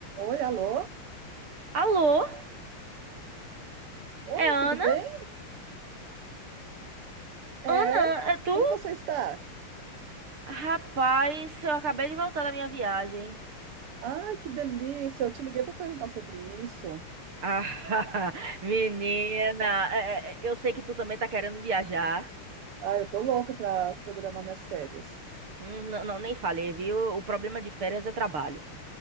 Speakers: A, on the right; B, on the right.
A: Oi, alô?
B: Alô?
A: Oi,
B: É Ana?
A: tudo bem? É,
B: Ana, é tu?
A: como você está?
B: Rapaz, eu acabei de voltar da minha viagem.
A: Ai, que delícia! Eu te liguei para perguntar sobre isso.
B: Ah, <laughs> menina, é, é, eu sei que tu também tá querendo viajar.
A: Ah, eu tô louca para programar minhas férias.
B: Hum, Não, não, nem falei, viu? O problema de férias é trabalho.